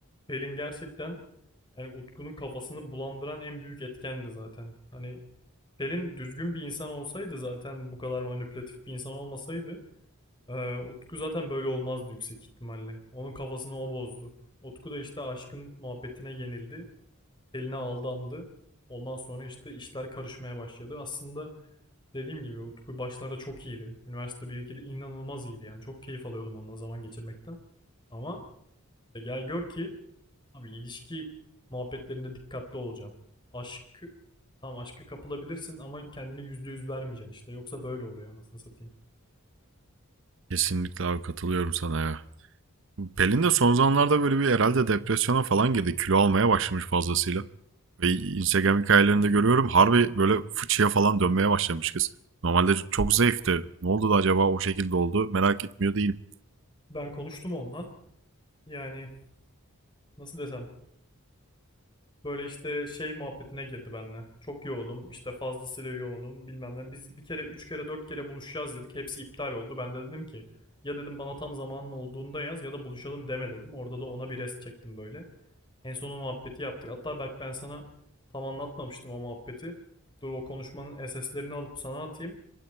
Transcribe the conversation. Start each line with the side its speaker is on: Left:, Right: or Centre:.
Left: Pelin gerçekten yani Utku'nun kafasını bulandıran en büyük etkendi zaten. Hani Pelin düzgün bir insan olsaydı zaten bu kadar manipülatif bir insan olmasaydı eee, Utku zaten böyle olmazdı yüksek ihtimalle. Onun kafasını o bozdu. Utku da işte aşkın muhabbetine yenildi. Pelin'e aldandı. Ondan sonra işte işler karışmaya başladı. Aslında Dediğim gibi Utku başlarda çok iyiydi. Üniversite 1-2'de inanılmaz iyiydi yani. Çok keyif alıyordum onunla zaman geçirmekten. Ama e, gel gör ki abi ilişki muhabbetlerinde dikkatli olacaksın. Aşkı tam aşka kapılabilirsin ama kendini yüzde yüz vermeyeceksin işte. Yoksa böyle oluyor anasını satayım.
Right: Kesinlikle abi katılıyorum sana ya. Pelin de son zamanlarda böyle bir herhalde depresyona falan girdi. Kilo almaya başlamış fazlasıyla. Ve Instagram hikayelerinde görüyorum harbi böyle fıçıya falan dönmeye başlamış kız. Normalde çok zayıftı. Ne oldu da acaba o şekilde oldu merak etmiyor değilim.
Left: Ben konuştum onunla. Yani nasıl desem Böyle işte şey muhabbetine girdi benimle. Çok yoğunum, işte fazlasıyla yoğunum bilmem ne. Biz bir kere, üç kere, dört kere buluşacağız dedik. Hepsi iptal oldu. Ben de dedim ki ya dedim bana tam zamanın olduğunda yaz ya da buluşalım deme dedim. Orada da ona bir rest çektim böyle. En sonu muhabbeti yaptık. Hatta bak ben sana tam anlatmamıştım o muhabbeti. Dur o konuşmanın SS'lerini alıp sana atayım.